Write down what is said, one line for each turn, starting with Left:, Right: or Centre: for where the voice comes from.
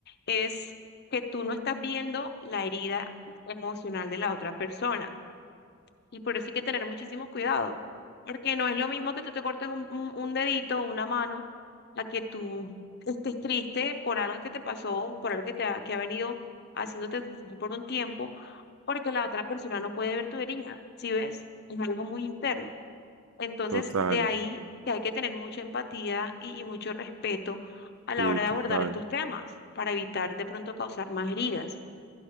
Left: es que tú no estás viendo la herida emocional de la otra persona. Y por eso hay que tener muchísimo cuidado, porque no es lo mismo que tú te cortes un, un, un dedito o una mano a que tú estés triste por algo que te pasó, por algo que te ha, que ha venido haciéndote sufrir por un tiempo, porque la otra persona no puede ver tu herida, ¿sí ves? Es algo muy interno. Entonces,
Right: Total,
Left: de ahí que hay que tener mucha empatía y, y mucho respeto a la
Right: sí,
Left: hora
Right: total.
Left: de abordar estos temas para evitar de pronto causar más heridas.